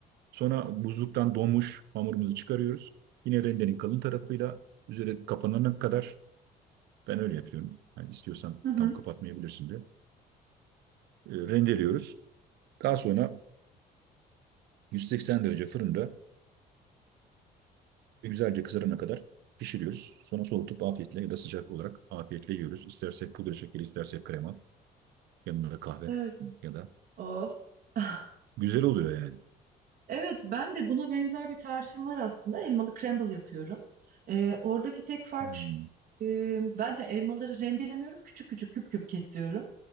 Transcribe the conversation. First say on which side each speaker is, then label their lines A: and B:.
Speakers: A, on the right (about 80°); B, on the right (about 60°).
A: Sonra buzluktan donmuş hamurumuzu çıkarıyoruz. Yine rendenin kalın tarafıyla üzeri kapanana kadar Ben öyle yapıyorum. Yani istiyorsan
B: Hı hı.
A: tam kapatmayabilirsin de. E, rendeliyoruz. Daha sonra 180 derece fırında güzelce kızarana kadar pişiriyoruz. Sonra soğutup afiyetle ya da sıcak olarak afiyetle yiyoruz. İstersek pudra şekeri, istersek krema, yanında da kahve
B: Evet.
A: ya da
B: Oh. <laughs>
A: güzel oluyor yani.
B: Evet, ben de buna benzer bir tarifim var aslında. Elmalı crumble yapıyorum. Ee, oradaki tek fark
A: Hmm,
B: şu. e, ben de elmaları rendelemiyorum. Küçük küçük küp küp kesiyorum.